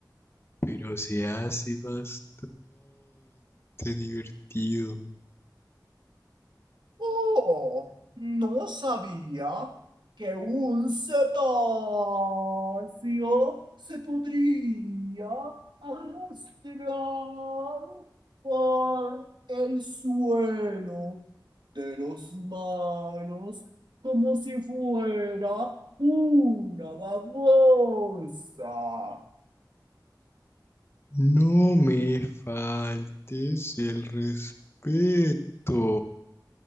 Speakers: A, on the left; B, on the right.
A: pero se hace bastante divertido.
B: Oh, no sabía que un cetáceo se podría arrastrar por el suelo de los humanos como si fuera una babosa.
A: No me faltes el respeto.